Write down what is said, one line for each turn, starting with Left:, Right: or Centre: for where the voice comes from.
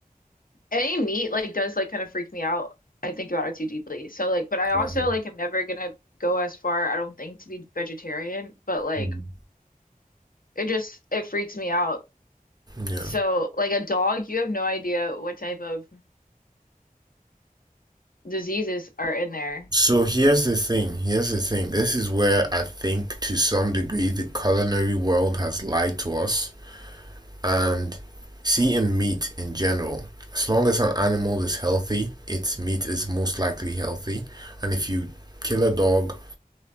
Left: any meat like does like kind of freak me out. I think about it too deeply. So like, but I also
Right: Yeah.
Left: like am never gonna go as far, I don't think, to be vegetarian, but like
Right: Mm.
Left: it just it freaks me out.
Right: Yeah.
Left: So like a dog, you have no idea what type of diseases are in there.
Right: So here's the thing. Here's the thing. This is where I think, to some degree, the culinary world has lied to us. And see, in meat in general, as long as an animal is healthy, its meat is most likely healthy. And if you kill a dog,